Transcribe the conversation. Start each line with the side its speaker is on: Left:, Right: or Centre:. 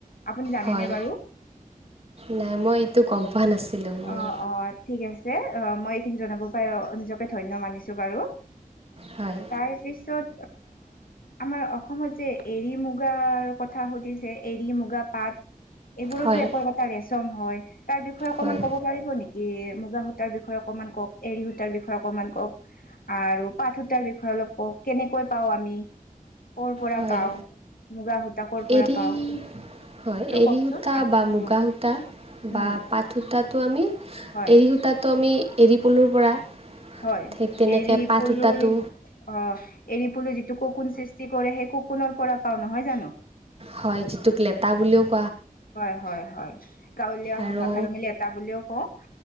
Left: আপুনি জানেনে
Right: হয়
Left: বাৰু
Right: নাই মই এইটো গম পোৱা নাছিলোঁ মই
Left: অ অ ঠিক আছে অ মই এইখিনি জনাব পাৰ নিজকে ধন্য মানিছো বাৰু
Right: হয়
Left: তাৰপিছত আমাৰ অসমত যে এৰী মু মুগাৰ কথা সুধিছে এৰী মুগা পাট এইবোৰতো
Right: হয়
Left: একো এটা ৰেচম হয় তাৰ বিষয়ে অকনমান
Right: হয়
Left: ক'ব পাৰিব নেকি মুগা সূতাৰ বিষয়ে অকনমান কওক এৰি সূতাৰ বিষয়ে অকণমান কওক আৰু পাঠ সুতাৰ বিষয়ে অলপ কওওঁ কেনেকৈ পাও আমি পৰা পাওঁ
Right: হয়
Left: মুগা সূতাকৰ পৰা
Right: এৰী
Left: পাওঁ
Right: হয়
Left: অ
Right: এৰী
Left: কওকচোন
Right: সূতা বা
Left: উম
Right: মুগা সূতা বা
Left: উম
Right: পাত সূতাত তো আমি
Left: হয়
Right: এ়ী সূতাতো আমি এৰী পলুৰ পৰা
Left: হয়
Right: ঠিক তেনেকৈ
Left: এৰী
Right: পাট
Left: পলুৰ
Right: সূতাটো
Left: অ এৰী পলু যিয়া টো ককোন সৃষ্টি কৰে সেই কুকোনৰ পৰা পাওঁ নহয় জানো
Right: হয় যিটোক লেটা বুলিও ক
Left: হয় হয় হয় গাঁৱলীয়া
Right: আৰু
Left: ভাষাত আমি ল এটা বুলিও কওঁ